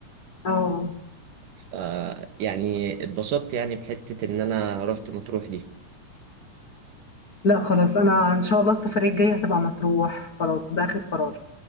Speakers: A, on the left (about 50°); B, on the right (about 70°).
A: اه
B: ف- يعني اتبسطت يعني بحتة ان انا رحت مطروح دي
A: لا خلاص انا ان شاء الله السفريه الجايه هتبقى مطروح خلاص ده اخر قرار